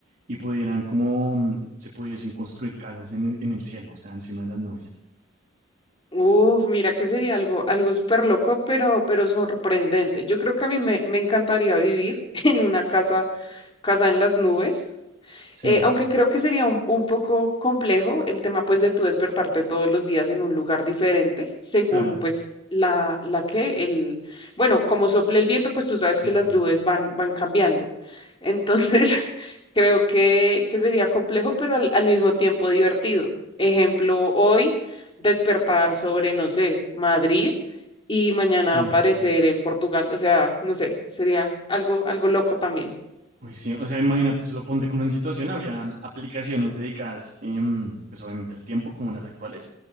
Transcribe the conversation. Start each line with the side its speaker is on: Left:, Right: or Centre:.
Right: y pudieran como mm, se pudiesen construir casas en el, en el cielo, o sea, encima de las nubes.
Left: Uf, mira que sería algo, algo súper loco, pero, pero sorprendente. Yo creo que a mí me, me encantaría vivir <laughs> en una casa, casa en las nubes.
Right: Sí,
Left: Eh, aunque creo que sería un, un poco complejo el tema pues de tú despertarte todos los días en un lugar diferente, según
Right: claro,
Left: pues la, la que, el, bueno, como sople el viento, pues tú sabes
Right: sí,
Left: que las
Right: claro.
Left: nubes van, van cambiando. Entonces, <laughs> creo que, que sería complejo, pero al, al mismo tiempo divertido. Ejemplo, hoy despertar sobre, no sé, Madrid y mañana
Right: Sí.
Left: aparecer en Portugal. O sea, no sé, sería algo, algo loco también.
Right: Uy, sí, o sea, imagínate, solo ponte como en situación, habrían aplicaciones dedicadas, em, pues obviamente al tiempo, como las actuales,